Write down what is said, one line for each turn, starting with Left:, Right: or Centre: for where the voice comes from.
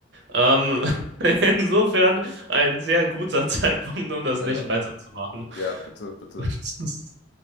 Right: Ähm,
Left: Ja,
Right: <laughs> insofern ein sehr guter Zeitpunkt, um
Left: ja,
Right: das nicht weiterzumachen.
Left: ja, bitte, bitte.
Right: <laughs>